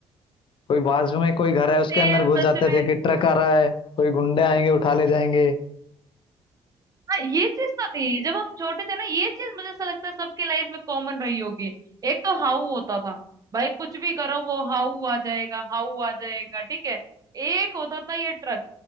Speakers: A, on the left; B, on the right.
A: कोई बाजू में कोई घर है उसके
B: सेम
A: अंदर घुस
B: सच
A: जाते
B: में
A: थे कि ट्रक आ रहा है कोई गुंडे आएंगे उठा ले जाएंगे
B: हाँ ये चीज तो थी जब हम छोटे थे ना ये चीज मुझे ऐसा लगता है सबके लाइफ में कॉमन रही होगी एक तो हाउ होता था भाई कुछ भी करो वो हाउ आ जाएगा हाउ आ जाएगा ठीक है एक होता था ये ट्रक